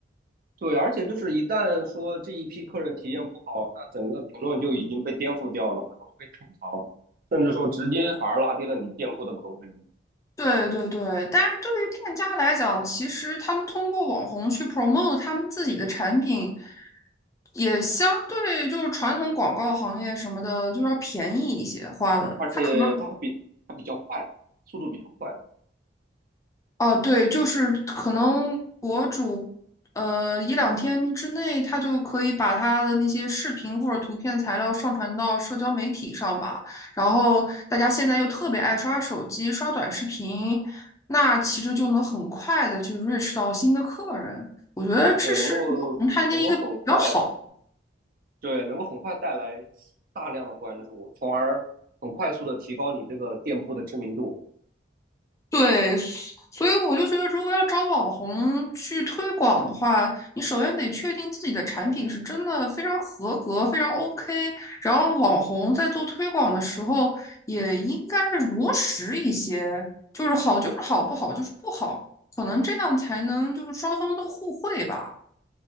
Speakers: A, on the right; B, on the left.
A: 对，而且就是一旦说这一批客人体验不好，那整个评论就已经被颠覆掉了，很容易被吐槽，甚至说直接反而拉低了你店铺的口碑。
B: 对对对，但是对于店家来讲，其实他们通过网红去 promote 他们自己的产品，也相对就是传统广告行业什么的，就是要便宜一些花的。
A: 而且它比它比较快，
B: 他可能
A: 速度比较快，
B: 哦，对，就是可能博主，呃，一两天之内，他就可以把他的那些视频或者图片材料上传到社交媒体上吧。然后大家现在又特别爱刷手机、刷短视频，那其实就能很快的去 reach 到新的客人。我觉得这是横探店一个比较好。
A: 对，能够能够很快。对，能够很快带来大量的关注，从而很快速的提高你这个店铺的知名度。
B: 对，所以我就觉得，如果要找网红去推广的话，你首先得确定自己的产品是真的非常合格、非常 OK，然后网红在做推广的时候也应该如实一些，就是好就是好，不好就是不好，可能这样才能就是双方都互惠吧。